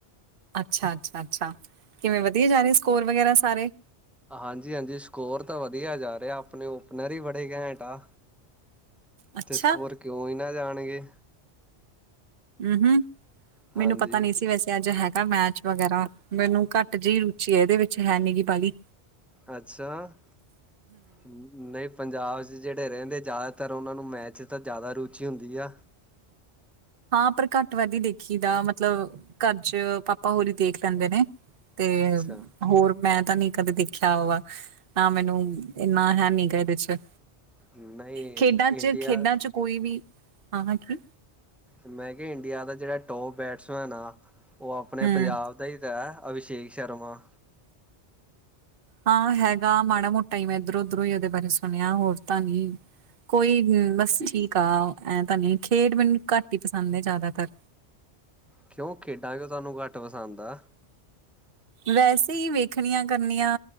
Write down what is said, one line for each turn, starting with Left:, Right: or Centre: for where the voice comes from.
Right: ਅੱਛਾ, ਅੱਛਾ, ਅੱਛਾ, ਕਿਵੇਂ ਵਧੀਆ ਜਾ ਰਹੇ ਸਕੋਰ ਵਗੈਰਾ ਸਾਰੇ?
Centre: ਹਾਂਜੀ ਹਾਂਜੀ, ਸਕੋਰ ਤਾਂ ਵਧੀਆ ਜਾ ਰਿਹਾ, ਆਪਣੇ ਓਪਨਰ ਹੀ ਬੜੇ ਘੈਂਟ ਆ।
Right: ਅੱਛਾ,
Centre: ਤੇ ਸਕੋਰ, ਕਿਉਂ ਈ ਨਾ ਜਾਣਗੇ।
Right: ਊ ਹੂੰ, ਮੈਨੂੰ
Centre: ਹਾਂਜੀ।
Right: ਪਤਾ ਨੀ ਸੀ ਵੈਸੇ, ਅੱਜ ਹੈਗਾ ਮੈਚ ਵਗੈਰਾ, ਮੈਨੂੰ ਘੱਟ ਜਿਹੀ ਰੁਚੀ ਇਹਦੇ ਵਿੱਚ, ਹੈ ਨੀ ਗੀ ਬਾਹਲੀ।
Centre: ਅੱਛਾ, ਨਹੀਂ ਪੰਜਾਬ 'ਚ ਜਿਹੜੇ ਰਹਿੰਦੇ, ਜ਼ਿਆਦਾਤਰ ਉਹਨਾਂ ਨੂੰ ਮੈਚ ਤਾਂ ਜ਼ਿਆਦਾ ਰੁਚੀ ਹੁੰਦੀ ਆ।
Right: ਹਾਂ ਪਰ ਘੱਟ ਵੱਧ ਹੀ ਦੇਖੀਦਾ, ਮਤਲਬ ਘਰ 'ਚ ਪਾਪਾ ਹੁਰੀ ਦੇਖ ਲੈਂਦੇ ਨੇ। ਤੇ
Centre: ਅੱਛਾ।
Right: ਹੋਰ ਮੈਂ ਤਾਂ ਨੀ ਕਦੇ ਦੇਖਿਆ ਵਾ, ਨਾ ਮੈਨੂੰ ਇੰਨਾ ਹੈ ਨੀ ਗਾ ਇਹਦੇ 'ਚ।
Centre: ਨਹੀਂ
Right: ਖੇਡਾਂ 'ਚ
Centre: ਇੰਡੀਆ
Right: ਖੇਡਾਂ 'ਚ ਕੋਈ ਵੀ, ਹਾਂ ਹਾਂ, ਕੀ
Centre: ਮੈਂ ਕਿਹਾ ਇੰਡੀਆ ਦਾ ਜਿਹੜਾ ਟੋਪ ਬੈਟਸਮੈਨ ਆ, ਉਹ ਆਪਣੇ
Right: ਹੂੰ
Centre: ਪੰਜਾਬ ਈ ਦਾ, ਅਭਿਸ਼ੇਕ ਸ਼ਰਮਾ।
Right: ਹਾਂ ਹੈਗਾ, ਮਾੜਾ ਮੋਟਾ ਈ ਮੈਂ ਇਧਰੋਂ-ਉਧਰੋਂ ਹੀ ਉਹਦੇ ਬਾਰੇ ਸੁਣਿਆ, ਹੋਰ ਤਾਂ ਨੀ ਕੋਈ ਬਸ ਠੀਕ ਆ, ਐਂ ਤਾਂ ਨੀ ਖੇਡ ਮੈਨੂੰ ਘੱਟ ਹੀ ਪਸੰਦ ਐ ਜ਼ਿਆਦਾਤਰ।
Centre: ਕਿਉਂ, ਖੇਡਾਂ ਕਿਂਉ ਤੁਹਾਨੂੰ ਘੱਟ ਪਸੰਦ ਆ?
Right: ਵੈਸੇ ਹੀ ਵੇਖਣੀਆਂ ਕਰਨੀਆਂ,